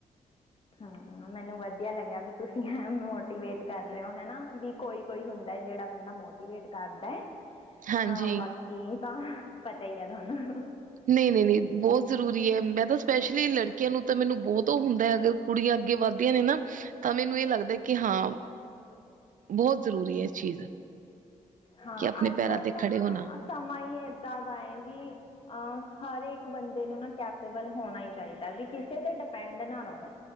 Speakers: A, on the left (about 40°); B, on the right (about 60°).
A: ਹਾਂ ਮੈਨੂੰ ਵਧੀਆ ਲੱਗਿਆ ਵੀ ਤੁਸੀਂ ਐ ਮੋਟੀਵੇਟ ਕਰ ਰਹੇ ਹੋ ਹੈਨਾ ਵੀ। ਕੋਈ ਕੋਈ ਹੁੰਦੈ ਜਿਹੜਾ ਬੰਦਾ ਮੋਟੀਵੇਟ ਕਰਦਾ।
B: ਹਾਂਜੀ।
A: ਹਾਂ ਬਾਕੀ ਤਾਂ ਪਤਾ ਹੀ ਐ ਤੁਹਾਨੂੰ।
B: ਨਹੀ ਨਹੀ ਨਹੀ ਬਹੁਤ ਜ਼ਰੂਰੀ ਹੈ। ਮੈਂ ਤਾਂ ਸਪੈਸ਼ਲੀ ਲੜਕੀਆਂ ਨੂੰ ਤਾਂ ਮੈਨੂੰ ਬਹੁਤ ਉਹ ਹੁੰਦਾ ਹੈ ਅਗਰ ਕੁੜੀਆਂ ਅੱਗੇ ਵੱਧਦੀਆਂ ਨੇ ਨਾ ਤਾਂ ਮੈਨੂੰ ਇਹ ਲੱਗਦਾ। ਕਿ ਹਾਂ ਬੋਤ ਜ਼ਰੂਰੀ ਐ ਚੀਜ਼।
A: ਹਾਂ
B: ਕਿ ਆਪਣੇ
A: ਅੱਜ
B: ਪੈਰਾਂ
A: ਕੱਲ
B: ਤੇ
A: ਤਾਂ
B: ਖੜੇ
A: ਨਾ
B: ਹੋਣਾ
A: ਸਮਾਂ ਹੀ ਏਦਾਂ ਦਾ ਹੈ ਵੀ। ਅ ਹਰ, ਇੱਕ ਬੰਦੇ ਨੂੰ ਨਾ ਕੈਪੇਬਲ ਹੋਣਾ ਈ ਚਾਈਦਾ ਵੀ ਕਿਸੇ ਤੇ ਡਿਪੈਂਡ ਨਾ ਰਹੋ।